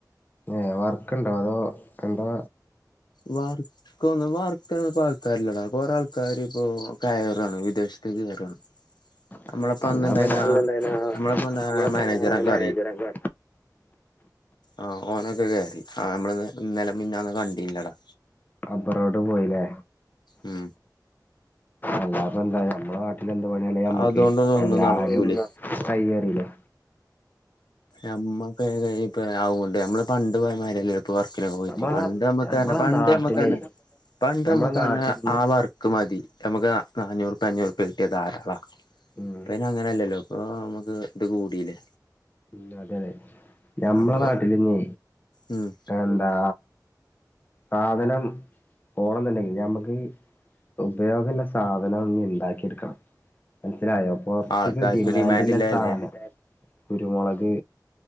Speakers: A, on the left; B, on the left.
A: ഏ വർക്ക്ണ്ടോ അതോ എന്തോ
B: വർ ഇക്കന്ന വർക്കിനൊന്നുപ്പ ആൾക്കാരിലടാ കൊറേ ആൾക്കാര് ഇപ്പോ കയറാണ് വിദേശത്തേ കയറാണ്
A: <inaudible>
B: നമ്മളപ്പ
A: അല്ല
B: അന്നുണ്ടായിന
A: പിന്ന എന്തായാല
B: നമ്മളപ്പ
A: നമ്മള
B: മാനേജറൊക്കെ
A: പിന്നെ മാനേജർക്കെ
B: ആഹ് ഓനൊക്കെ കയറി ആഹ് നമ്മള് ഇന്നലെ മിന്നന്നും കണ്ടില്ലടാ
A: അബറോഡ് പോയില്ലേ
B: ഉം
A: അല്ലാപ്പന്താ നമ്മളെ നാട്ടിൽ എന്ത് പണിളയാ നമ്മക്ക്
B: അതുകൊണ്ടൊന്നും ഒന്നും
A: എല്ലാരും
B: നടക്കൂലേ
A: ടൈലറില്ലേ
B: അമ്മക്കപ്പ ആവണ്ട് നമ്മള പണ്ട് പോയമാരല്ലോ ഇപ്പ വർക്കിലൊക്കെ പോയിട്ട്
A: നമ്മളെ
B: പണ്ട് നമ്മക്ക്
A: നമ്മളെ
B: പണ്ട്
A: നാട്ടിലെ
B: നമ്മക്കർ ഞ്ഞ പണ്ടമക്കാണ്
A: നമ്മളെ നാട്ടിലിന്ന്
B: ആഹ് വാർക്ക് ക്ക് മതി നമുക്ക് നാനൂറ്പ്പ അഞ്ഞൂറ്പ്പ കിട്ടിയ ധാരാളം
A: ഉം
B: പിന്നെ അങ്ങനെയല്ലല്ലോ ഇപ്പേ നമ്മക്ക് ഇത് കൂടീലെ.
A: ഉം അതെ ഞമ്മള
B: അപ്പൊ
A: നാട്ടില്ഞ്
B: ഉം
A: എന്താ? സാധനം പോണെന്നുണ്ടെങ്കിൽ ഞമ്മക്ക്. ഉപയോകള്ള സാധനം ഞി ണ്ടാക്കി എടുക്കണം. മനസ്സിലായോ. പൊർത്ത്ക്ക്
B: ആൾക്കാർക്ക്
A: ഡിമാൻ്റ്ല്ല
B: ഡിമാൻഡ് ഇല്ലാല്ലേ
A: സാധനെല്ലെ കുരുമെളക്.